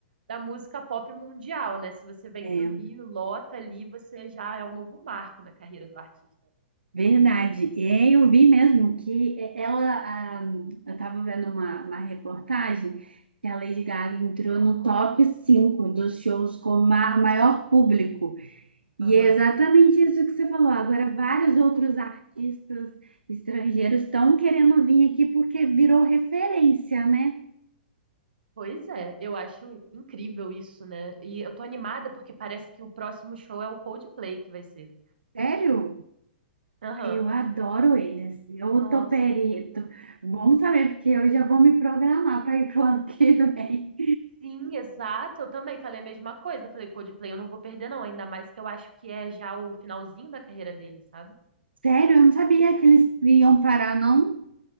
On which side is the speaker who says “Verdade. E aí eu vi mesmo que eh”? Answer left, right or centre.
Right